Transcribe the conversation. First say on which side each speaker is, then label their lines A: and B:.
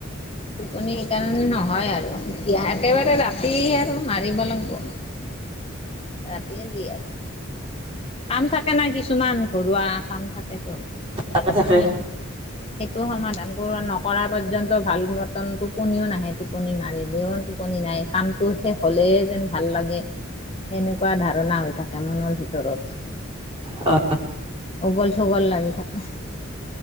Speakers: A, on the left; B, on the right.
A: টোপনি সেইকাৰণে নহয় আৰু এতিয়া একেবাৰে ৰাতি আৰু - মাৰিব লাগিবৌ ৰাতিয়ে যি আৰু কাম থাকে না কিছুমান ঘৰুৱা কাম থাকেতো
B: থাকে থাকে
A: সবিলাক <unintelligible> টো সমাধান কৰোৱা নকৰা পৰ্যন্ত ভাল মতন টোপনিও নাহে টোপনি মাৰিলেও ইমান টোপনি নাই সেই কামটো শেষ হলেহে যেন ভাল লাগে সেনেকুৱা ধাৰণা হৈ থাকে মনৰ ভিতৰত।
B: অ
A: উগুল - থুগুল লাগি থাকে